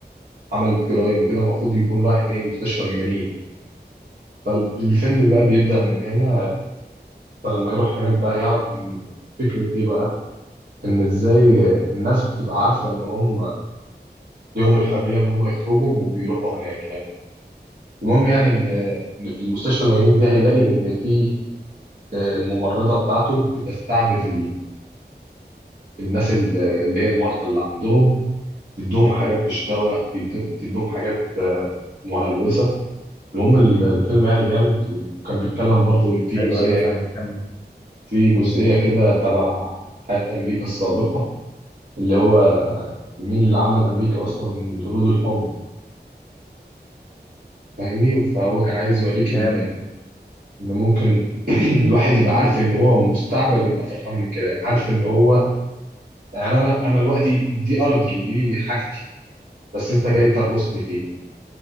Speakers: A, on the right; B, on the left.
A: عملت جرائم وكده المفروض يكون رايح ايه مستشفى مجانين فالفيلم بقى بيبدأ من هنا فلما يروح هناك بقى يعرف إن فكرة ايه بقى ان ازاي الناس بتبقى عارفة ان هم ليهم الحرية ان هم يخرجوا وبيروحوا هناك يعني المهم يعني ان إن في المستشفى المجانين دي هيلاقي ان في آه، الممرضة بتاعته بتستعبد الناس ال- اللي هي المرضى اللي عندهم بتدوهم حاجات مش دواء بيد- بتدوهم حاجات آه، مهلوسة المهم ال- الفيلم يعني جامد وكان بيتكلم برضو اللي فيه
B: أيوه
A: جزئية
B: أيوه فاهمك كمل
A: في جزئية كده تبع حياة أمريكا السابقة اللي هو مين اللي عمل أمريكا أصلا الهنود الحمر فاهمني فهو كان عايز يوريك إن
B: جامد
A: إن ممكن <clears throat> الواحد يبقى عارف إن هو مستعبد ويبقى فرحان من كده يعني عارف إن هو يعني أنا أنا دلوقتي دي أرضي ودي حاجتي بس أنت جاي ترقصني فيها